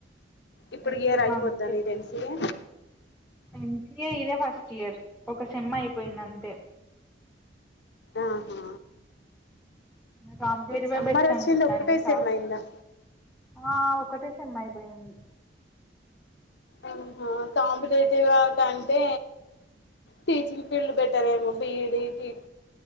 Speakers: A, on the left (about 65°); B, in the centre.
A: ఇప్పుడు
B: ఎస్సై
A: ఇయర్ అయిపోద్దా
B: కాన్స్టేబుల్
A: నీది ఎంసిఏ
B: కి ఎంసిఏ ఇదే ఫస్ట్ ఇయర్ ఒక సెమ్ అయిపోయింది అంతే
A: ఆహా
B: జాబ్ చేయడమే
A: నీకు సమ్మర్
B: బెస్ట్
A: వచ్చింది
B: అనిపిత్తాంది
A: ఒక్కటే
B: సా
A: సెమ్ అయిందా
B: ఆ ఒకటే సెమ్ అయిపోయింది
A: ఆహా కాంపిటేటివ్ కంటే టీచింగ్ ఫీల్డ్ బెటర్ ఏమో బిఈడికి